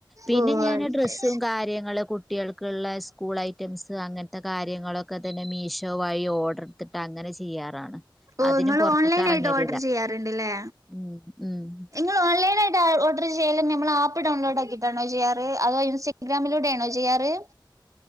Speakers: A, in the centre; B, on the right.
A: പിന്നെ
B: ഓ
A: ഞാന്
B: അത്
A: ഡ്രസ്സും
B: ശരി
A: കാര്യങ്ങളു കുട്ട്യാൾക്കിള്ളെ സ് കൂൾ ഐറ്റംസ് അങ്ങൻത്തെ കാര്യങ്ങളൊക്കെ തന്നെ മീഷോ വായി ഓർഡർ എടുത്തിട്ട് അങ്ങനെ ചെയ്യാറാണ്.
B: ഓ
A: അതിനും
B: ങ്ങൾ
A: പുറത്തേക്ക്
B: ഓൺലൈനായിട്ട്
A: ഇറങ്ങലില്ല
B: ഓർഡർ ചെയ്യാറ്ണ്ട്ല്ലേ?
A: ഉം ഉം
B: ഇങ്ങൾ ഓൺലൈനായിട്ടാ ഓർഡറ് ചെയ്യ നമ്മളാപ്പ് ഡൗൺലോഡാക്കിട്ടാണോ ചെയ്യാ? അതോ ഇൻസ്റ്റാഗ്രാമിലൂടേണോ ചെയ്യാറ്?